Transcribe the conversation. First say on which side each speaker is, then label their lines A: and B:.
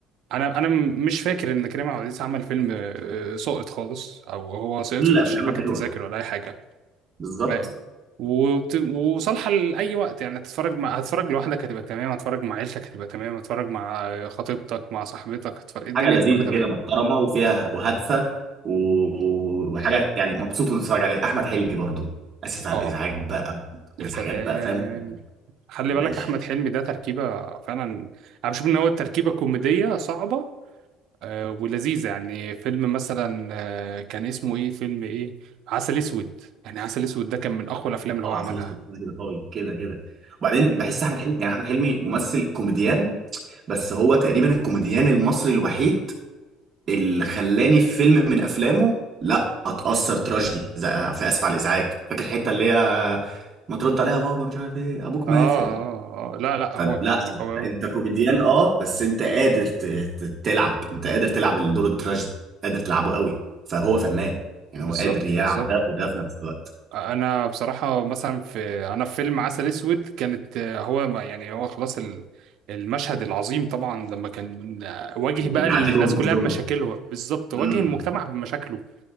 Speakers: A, on the right (about 65°); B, on the right (about 35°).
A: أنا أنا م- مش فاكر إن كريم عبد العزيز عمل فيلم آه، ساقط خالص أو هو سقط
B: كل
A: في
B: افلامه
A: شباك
B: حلوه
A: التذاكر ولا أي حاجة
B: بالظبط
A: فاهم وبت... وصالحة لأي وقت يعني هتتفرج مع... هتتفرج لوحدك هتبقى تمام هتتفرج مع عيلتك هتبقى تمام هتتفرج مع خطيبتك مع صاحبتك هتفرج... الدنيا
B: حاجه لذيذه
A: دي كلها تمام
B: كده محترمه وفيها وهادفه و- وحاجه يعني مبسوط وانت بتتفرج عليها احمد حلمي برضو اسف على
A: اه
B: الازعاج بقى
A: يا
B: الحاجات
A: سلام
B: بقى فاهم
A: خلي
B: يا
A: بالك
B: باشا
A: احمد حلمي ده تركيبه فعلا انا بشوف ان هو التركيبه كوميديه صعبه آه، ولذيذه يعني فيلم مثلا آه، كان اسمه ايه فيلم ايه عسل اسود يعني عسل اسود ده كان من اقوى الافلام اللي
B: اه
A: هو عملها
B: عسل اسود كده قوي كده كده وبعدين
A: مم.
B: بحس احمد حلمي يعني احمد حلمي ممثل كوميديان بس هو تقريبا الكوميديان المصري الوحيد اللي خلاني في فيلم من افلامه لا اتاثر تراجيدي زي- آه، في اسف على الازعاج فاكر الحته اللي هي ما ترد عليها يا بابا مش عارف ايه ابوك
A: اه
B: مات
A: اه اه لا لا
B: فلا
A: هو كان قوي
B: انت
A: أوي.
B: انت كوميديان اه بس انت قادر ت- ت- تلعب انت قادر تلعب الدور التراجيدي قادر تلعبه قوي فهو فنان يعني
A: بالظبط
B: هو قادر يلعب
A: بالظبط
B: ده وده في نفس الوقت
A: انا بصراحه مثلا في انا في فيلم عسل اسود كانت آه، هو ما- يعني هو خلاص ال- المشهد العظيم طبعا لما كان آه، واجه
B: بيعاتبهم
A: بقى الناس كلها
B: كلهم
A: بمشاكلها بالظبط واجه
B: امم
A: المجتمع بمشاكله